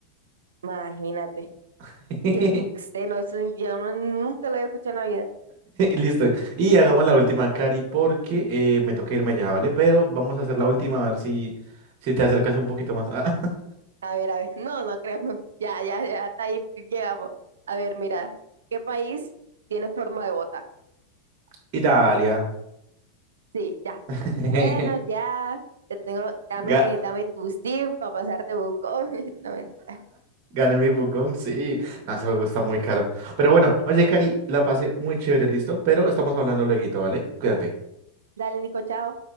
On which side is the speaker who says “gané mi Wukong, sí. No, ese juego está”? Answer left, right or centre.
Right